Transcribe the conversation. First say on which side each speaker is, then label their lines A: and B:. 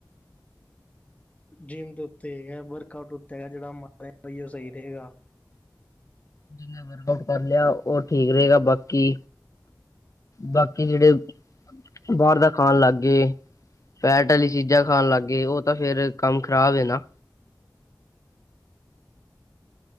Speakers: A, on the left; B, on the left.
A: ਜਿੰਮ ਦੇ ਉੱਤੇ ਹੈਗਾ ਵਰਕ ਆਊਟ ਉੱਤੇ ਹੈਗਾ ਜਿਹੜਾ ਮਾਰ ਬਾਈ ਉਹ ਸਹੀ ਰਹੇਗਾ
B: ਜਿਨਾ ਵਰਕ ਆਊਟ ਕਰ ਲਿਆ ਉਹ ਠੀਕ ਰਹੇਗਾ ਬਾਕੀ ਬਾਕੀ ਜਿਹੜੇ ਬਾਹਰ ਦਾ ਖਾਣ ਲੱਗ ਗਏ। ਫੈਟ ਵਾਲੀ ਚੀਜ਼ਾਂ ਖਾਣ ਲੱਗ ਗਏ' ਉਹ ਤਾਂ ਫੇਿਰ ਕੰਮ ਖ਼ਰਾਬ ਨਾ।